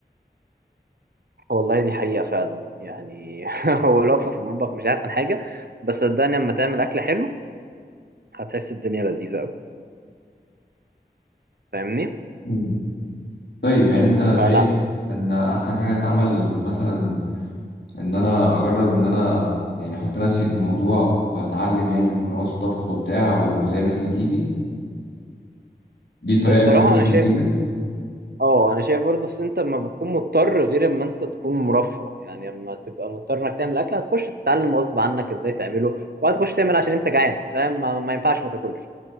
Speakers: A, on the right (about 65°); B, on the left (about 80°).
A: والله دي حقيقة فعلا يعني <laughs> هو الوقفة في المطبخ مش احسن حاجة بس صدقني لما تعمل أكل حلو هتحس الدنيا لذيذة أوي فاهمني
B: مم. طيب يعني انت
A: فلا
B: شايف ان احسن حاجة اتعمل مثلا ان انا اجرب ان انا يعني احط نفسي في الموضوع واتعلم يعني من قنوات الطبخ وبتاع وزي ما تيجي تيجي دي الطريقة
A: الصراحة
B: اللي جابت معاك
A: أنا شايف
B: نتيجة
A: اه انا شايف برضه اصل انت لما بتكون مضطر غير اما انت تكون مرفه يعني اما تبقى مضطر انك تعمل اكل هتخش تتعلم غصب عنك ازاي تعمله وهتخش تعمل عشان انت جعان فاهم ما, ما ينفعش ما تاكلش